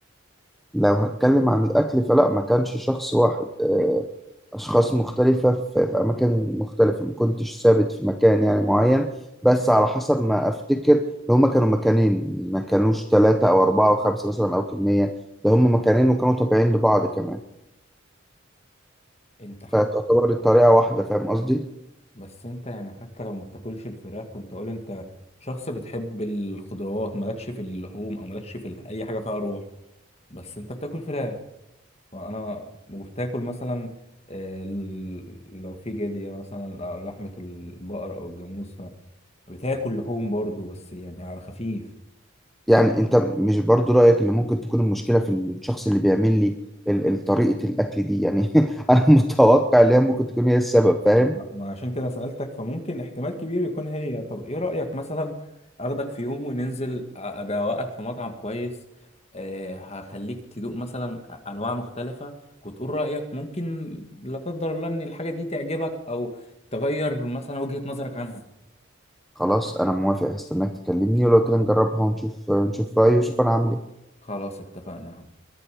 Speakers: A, in the centre; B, on the left.
A: لو هتكلم عن الاكل فلا ما كانش شخص واحد أشخاص مختلفة في, في أماكن مختلفة ما كنتش ثابت في مكان يعني معين بس على حسب ما أفتكر إن هما كانوا مكانين ما كانوش ثلاثة أو أربعة أو خمسة مثلا أو كمية ده هما مكانين وكانوا طبيعيين لبعض كمان
B: انت حتى
A: فتعتبر الطريقة واحدة فاهم قصدي؟
B: بس انت يعني حتى لو ما بتاكلش الفراخ كنت اقول انت شخص بتحب الخضروات مالكش في اللحوم او مالكش في ال- اي حاجه فيها روح بس انت بتاكل فراخ وانا وبتاكل مثلا آه، ال- لو في جديه مثلا أو لحمه البقر او الجاموس فبتاكل لحوم برضو بس يعني على خفيف
A: يعني أنت مش برضو رأيك إن ممكن تكون المشكلة في الشخص اللي بيعمل لي ال- ال- طريقة الأكل دي يعني <laughs> أنا متوقع إن هي ممكن تكون هي السبب فاهم؟
B: ما ما عشان كده سألتك فممكن احتمال كبير يكون هي طب ايه رأيك مثلا اخدك في يوم وننزل أ- ادوقك في مطعم كويس أه هخليك تدوق مثلا انواع مختلفة وتقول رأيك ممكن لا قدر الله ان الحاجة دي تعجبك او تغير مثلا وجهة نظرك عنها
A: خلاص أنا موافق هستناك تكلمني ولو كده نجربها ونشوف نشوف رأيي ونشوف أنا هعمل إيه
B: خلاص اتفقنا يا حبيبي